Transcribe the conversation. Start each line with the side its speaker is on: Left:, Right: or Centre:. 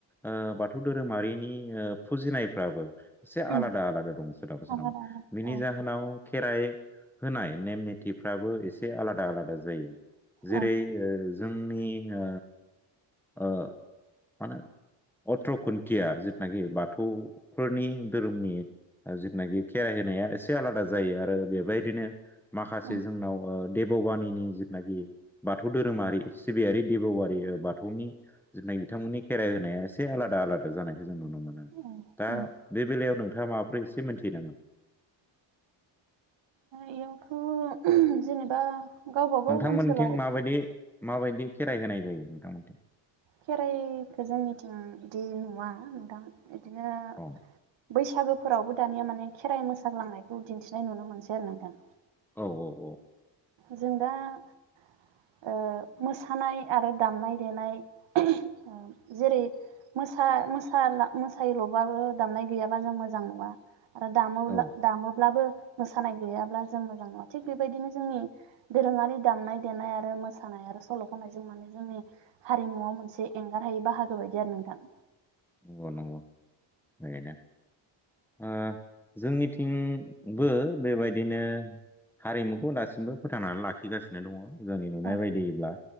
Centre: ओ बाथौ धोरोमारिनि ओ फुजिनायफ्राबो एसे
Right: उम
Centre: आलादा आलादा दं सोरनाबा
Right: आलादा
Centre: सोरनाबा
Right: आलादा
Centre: बिनि
Right: औ
Centre: जाहोनाव खेराइ होनाय नेम निथिफ्राबो एसे आलादाआलादा जायो। जेरै
Right: औ
Centre: ओ जोंनि ओ मा होनो अथ्र' खुन्थिया जिथुनाखि बाथौफोरनि धोरोमनि जिथुनाखि खेराइ होनाया एसे आलादा जायो आरो बेबायदिनो माखासे
Right: औ
Centre: जोंनाव ओ देब'बानिनि जिथुनाखि बाथौ धोरोमारि सिबियारि देब'बारि बाथौनि जिथुनाखि बिथांमोननि खेराइ होनाया एसे आलादा आलादा जानाय जों नुनो मोनो।
Right: औ
Centre: दा
Right: उम
Centre: बे बेलायाव नोंथाङा माबा ओमफ्राय एसे मिथिना <unintelligible>
Right: एयावथ' जेनेबा गावबागाव
Centre: नोंथांमोनथिं
Right: ओनसोलाव
Centre: माबायदि माबायदि खेराइ होनाय जायो नोंथांमोनथिं?
Right: खेराइखौ जोंनिथिं बिदि नुवा नोंथां। बिदिनो
Centre: औ
Right: बैसागो फोरावबो दानिया माने खेराइ मोसाग्लांनायखौ दिन्थिनाय नुनो मोनसै आरो नोंथां।
Centre: औ औ।
Right: जों दा ओ ओ मोसानाय आरो दामनाय देनाय ओ जेरै मोसा मोसाना मोसायल'बाबो दामनाय गैयाबा जों मोजां मोजां नुआ आरो दामो
Centre: औ
Right: दामोब्लाबो मोसानाय गैयाब्ला जों मोजां नुआ थिग बेबायदिनो जोंनि दोरोङारि दामनाय देनाय आरो मोसानाय आरो सल' खनायजों मान जोंनि हारिमुआव मोनसे एंगारहायै बाहागो बायदि आरो नोंथां।
Centre: नंगौ नंगौ बेनो ओ जोंनिथिंबो बेबायदिनो हारिमुखौ दासिमबो फोथांनानै लाखिगासिनो दङ'। जोंनि नुनाय
Right: औ
Centre: बायदिब्ला